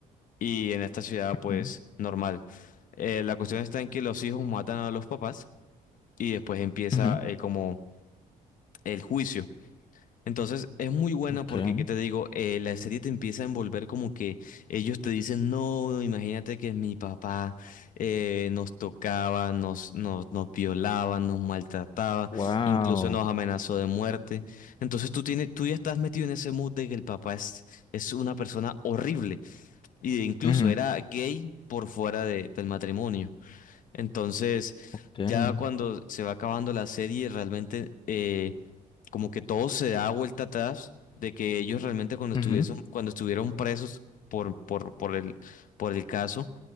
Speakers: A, on the left; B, on the left.
A: y en esta ciudad
B: ujú.
A: pues normal. Eh, la cuestión está en que los hijos matan a los papás y después empieza
B: Ujú,
A: eh, como el juicio. Entonces es muy buena
B: Okay.
A: porque, ¿qué te digo? Eh, la serie te empieza a envolver como que ellos te dicen, no, imagínate que mi papá eh, nos tocaba, nos, nos, nos violaba, nos maltrataba,
B: Wow.
A: incluso nos amenazó de muerte. Entonces tú, tienes, tú ya estás metido en ese mood de que el papá es, es una persona horrible y de- incluso
B: Ujú,
A: era gay por fuera de- del matrimonio. Entonces...
B: Okay.
A: Ya cuando se va acabando la serie, realmente eh, como que todo se da vuelta atrás de que ellos realmente cuando estuviesen,
B: Ujú,
A: cuando estuvieron presos por, por, por el, por el caso,